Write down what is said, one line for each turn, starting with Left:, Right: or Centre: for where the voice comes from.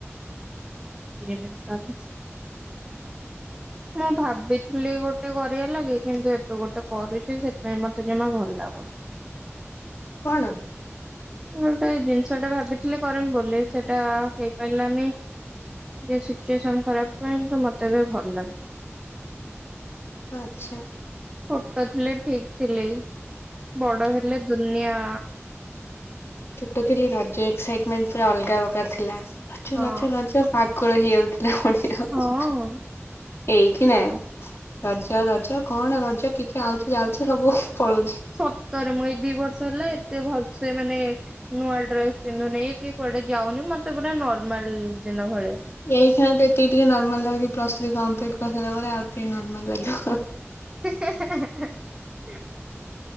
Right: <unintelligible> ମୁଁ ଭାବିଥିଲି ଗୋଟେ କରିବା ଲାଗି କିନ୍ତୁ ଏବେ ଗୋଟେ କରୁଚି ସେଥିପାଇଁ ମତେ ଜମା ଭଲ ଲାଗୁନି।
Left: କଣ?
Right: ମୁଁ ଗୋଟେ ଜିନିଷ ଟା ଭାବିଥିଲି କରିମି ବୋଲି ସେଇଟା ହେଇପାରିଲାନି। ଟିକେ ସିଚୁଏସନ ଖରାପ ପାଇଁ ମତେ ଏବେ ଲାଗୁ
Left: ଆଚ୍ଛା।
Right: ଛୋଟ ଥିଲେ ଠିକ୍ ଥିଲେ ବଡ ହେଲେ ଦୁନିଆ
Left: ଛୋଟ ଥିଲି ରଜ ଏକ୍ସାଇଟମେଣ୍ଟ ପୁରା ଅଲଗା ପ୍ରକାର ଥିଲା ରଜ
Right: ହଁ
Left: ରଜ ରଜ। ପାଗଳ ହେଇଯାଉଥିଲା ମଣିଷ।
Right: ହଁ।
Left: ଏଇକି ନା ରଜ ରଜ କଣ ରଜ କିଛି ଆଉଛି ଯାଉଛି ସବୁ ପଳଉଛି।
Right: ସତରେ ମୁଁ ଏଇ ଦି ବର୍ଷ ହେଲା ଏତେ ଭଲସେ ମାନେ ନୂଆ ଡ୍ରେସ୍ ପିନ୍ଧୁନି କି କୁଆଡେ ଯାଉନି ମତେ ପୁରା ନର୍ମାଲ ଦିନ ଭଳିଆ।
Left: ଏଇ ଖିନା ତ ଏତିକି ଟିକେ ନର୍ମାଲ୍ ଲାଗୁଛି ପ୍ଲସ ଥ୍ରୀ କମ୍ପ୍ଲିଟ୍ କରିସାରିଲା ପରେ ଆଉ ଟିକେ ନର୍ମାଲ୍ ଲାଗିବ।
Right: <inaudible>